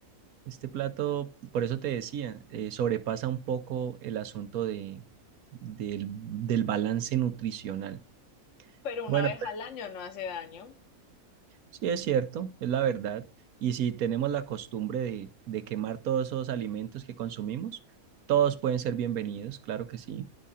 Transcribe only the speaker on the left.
pero
una vez
al año no hace daño,